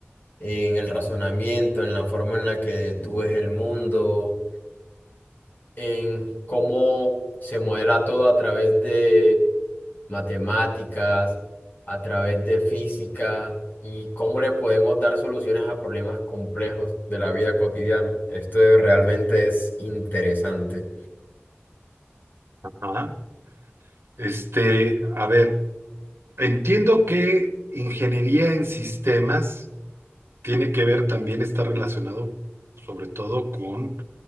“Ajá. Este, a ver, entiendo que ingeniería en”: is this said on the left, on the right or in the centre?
Right